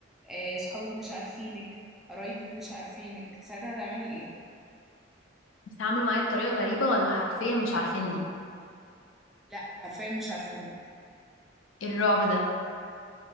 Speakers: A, in the centre; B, on the left.
A: آه، صحابك مش عارفينك قرايبك مش عارفينك ساعتها هتعملي ايه؟
B: بيتعاملوا معايا بطريقة غريبة ولا حرفيا مش عارفيني
A: لا حرفيا مش عارفينك
B: ايه الرعب ده